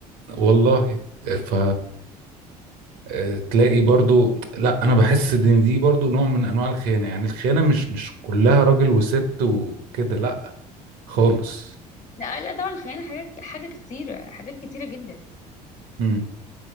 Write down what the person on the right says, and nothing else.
والله ف أه، تلاقي برضو لا انا بحس ان دي برضو نوع من انواع الخيانة يعني الخيانة مش مش كلها راجل وست وكده لا خالص
امم